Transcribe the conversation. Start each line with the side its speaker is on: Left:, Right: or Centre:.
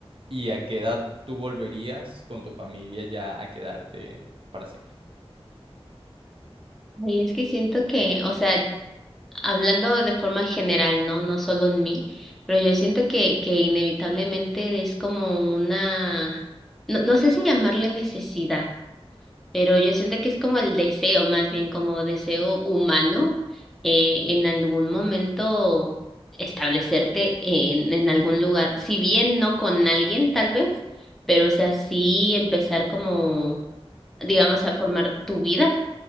Right: y a qué edad tú volverías con tu familia ya a quedarte para siempre.
Centre: Y es que siento que, o sea, hablando de forma general, ¿no? No solo en mí, pero yo siento que, que inevitablemente es como una, no, no sé si llamarle necesidad. Pero yo siento que es como el deseo, más bien como deseo humano, eh, en algún momento establecerte en, en algún lugar, si bien no con alguien tal vez, pero o sea, sí empezar como, digamos, a formar tu vida,